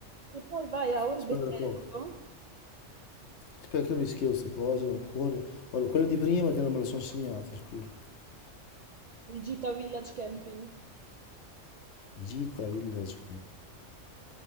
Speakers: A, on the right; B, on the left.
A: Se poi vai a Orbetello,
B: Spendere poco. Spero che mi scrivo queste cose ancora. Guarda, quelle di prima che non me le sono segnate, scusa.
A: il Gita Village Camping.
B: Gita, Village,